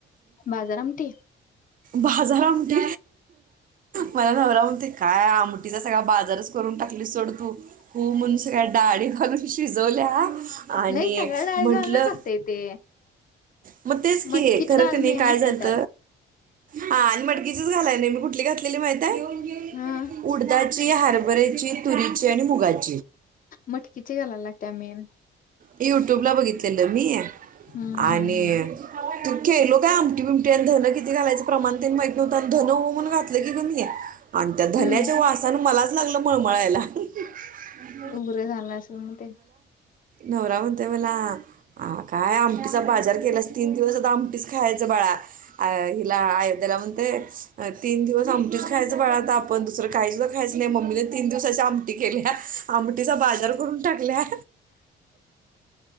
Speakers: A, on the left (about 45°); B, on the right (about 45°).
A: बाजार आमटी
B: बाजार आमटी मला नवरा म्हणतोय काय आमटी? सगळा बाजारच करून टाकलीस सोड तू? हू म्हणून सगळ्या डाळी घालून ती जल त्या आणि
A: नाही सगळ्या डाळी
B: म्हटलं
A: घालत असते ते
B: मग तेच कि
A: मटकीची
B: खर
A: डाळ
B: क नाही
A: मेन
B: काय
A: असते
B: झालत?
A: त्यात
B: हा आणि मटकीचीच घालाय नाही मी कुठली घातलेली माहिती?
A: हा
B: उडदा ची हरभरा ची तुरीची आणि मुगाची
A: मटकीची घालायला लागत्या मेन
B: युट्युबला बघितलेलं मी
A: हम्म
B: आणि
A: हम्म हम्म
B: तू केलो काय आमटी बिमटी आणि धन किती घालायचं प्रमाण तेन माहिती नव्हत आणि धन हू म्हणून घातलय कि ग मी आणि त्या धन्याचा
A: हम्म
B: वासान मलाच लागलं मळमळायला ह
A: उग्रं झालं अस म ते
B: नवरा म्हणतोय मला हा काय आमटीचा बाजार केलास तीन दिवस आता आमटीच खायचं बाळा. हिला अयोध्याला म्हणतोय तीन दिवस आमटीच खायचं बाळा आणि आपण दुसरं काहीच खायचं नाही मम्मीने तीन दिवसाची आमटी केल्या टीचा बाजार करून टाकल्या